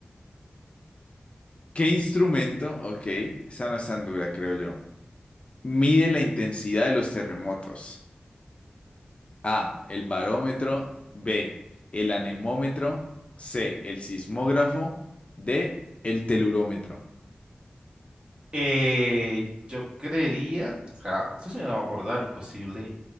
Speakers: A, on the left; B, on the right.
A: ¿qué instrumento? Ok, esa no es tan dura, creo yo. Mide la intensidad de los terremotos. A, el barómetro. B, el anemómetro. C, el sismógrafo. D, el telurómetro.
B: Eh, yo creería, o sea, eso sí me va a acordar, imposible.